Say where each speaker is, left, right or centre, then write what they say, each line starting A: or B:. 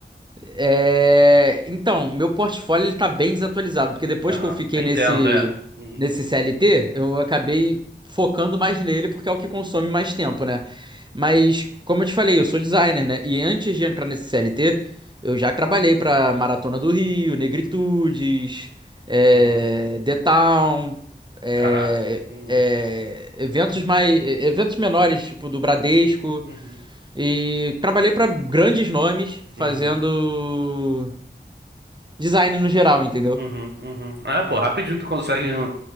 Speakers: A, on the right; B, on the right.
A: É, Então, meu portfólio ele tá bem desatualizado, porque depois
B: Aham.
A: que eu fiquei
B: Eu entendo,
A: nesse,
B: é. Uhum,
A: nesse CLT, eu acabei focando mais nele, porque é o que consome mais tempo, né? Mas, como eu te falei, eu sou designer, né? E antes de entrar nesse CLT, eu já trabalhei pra Maratona do Rio, Negritudes, é...
B: uhum.
A: The Town, é,
B: Caraca. Uhum,
A: é, eventos mais, eventos menores, tipo do Bradesco.
B: uhum,
A: E trabalhei pra grandes nomes fazendo
B: uhum.
A: design no geral, entendeu?
B: Uhum, uhum. Ah, pô, rapidinho tu consegue um-